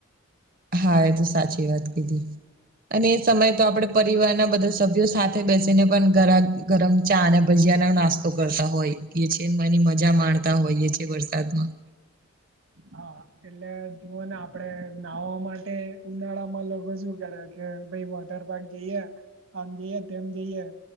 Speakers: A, on the right; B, on the right.
A: હા એ તો સાચી વાત કીધી. અને એ સમય તો આપડે પરિવારના બધા સભ્યો સાથે બેસીને પણ ઘર આ ગરમ ચા અને ભજીયાનો નાસ્તો કરતા હોય એ છે એની મજા માણતા હોય એ છે વરસાદમાં,
B: હા એટલે જુઓને આપડે નાહવા માટે ઉનાળામાં લોકો શું કરે, કે ભઈ વોટર પાર્ક જઈએ આમ જઈએ તેમ જઈએ.